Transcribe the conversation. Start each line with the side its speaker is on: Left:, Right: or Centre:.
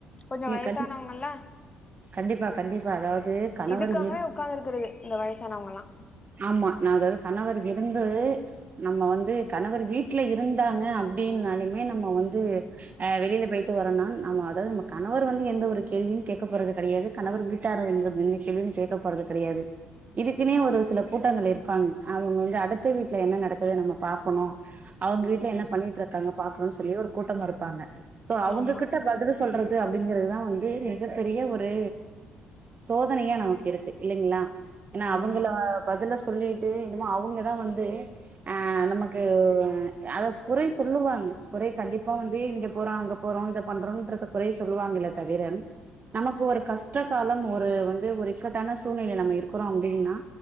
Left: கொஞ்சோ
Right: ம்
Left: வய்சானவுங்கலா
Right: கண் கண்டிப்பா கண்டிப்பா அதாவது கணவர்
Left: இதுக்காகவே
Right: இரு
Left: உக்காந்து இருக்குறது இந்த வயசானவுங்கலா
Right: ஆமா நா அதாவ்து கணவர் இருந்து நம்ம வந்து கணவர் வீட்ல இருந்தாங்க அப்டினாலுமே நம்ம வந்து அ வெளில போய்ட்டு வரோனா நம்ம அத நம்ம கணவர் வந்து எந்த ஒரு கேள்வியு கேக்க போறது கெடையாது கணவர் வீட்டாரு எந்த கேள்வி கேள்வியு கேக்க போறது கெடையாது இதுக்குனே ஒரு சில கூட்டங்கள் இருப்பாங்க அவுங்க வந்து அடுத்த வீட்ல என்ன நடக்குது நம்ம பாக்கணு அவுங்க வீட்ல என்ன பண்ணிட்ருக்காங்க பாக்கணுன் சொல்லி ஒரு கூட்டம் இருப்பாங்க சோ அவுங்ககிட்ட
Left: ஆமா
Right: பதில சொல்ற து அப்டிங்கறதுதா வந்து மிகப்பெரிய ஒரு சோதனையா நமக்கு இருக்கு இல்லைங்ளா எனா அவுங்கள
Left: ஆமா
Right: பதில சொல்லிட்டு என்னமோ அவுங்கதா வந்து அ நமக்கு அத குறை சொல்லுவாங்க குறை கண்டிப்பா வந்து இங்க போறோ அங்க போறோ இத பண்றோன்றத குறை சொல்லுவாங்களே தவிர நமக்கு ஒரு கஷ்டகாலம் ஒரு வந்து ஒரு இக்கட்டான சூழ்நிலை நம்ம இருக்குறோ அப்டினா